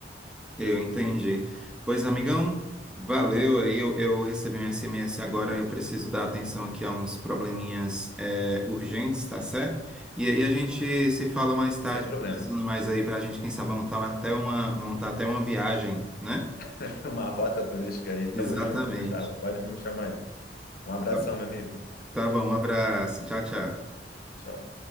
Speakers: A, in the centre; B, on the left (about 55°).
A: Eu entendi. Pois, amigão, valeu aí. Eu, eu recebi um SMS agora, eu preciso dar atenção aqui a uns probleminhas é, urgentes, tá certo? E aí a gente se fala mais tarde,
B: sem problema,
A: conversando mais aí pra gente, quem sabe, montar até uma, montar até uma viagem, né?
B: <laughs> uma rota turística aí,
A: Exatamente.
B: tamo junto, Gustavo, pode me chamar aí, um abração,
A: Tá
B: meu amigo,
A: tá bom, um abraço. Tchau, tchau.
B: tchau.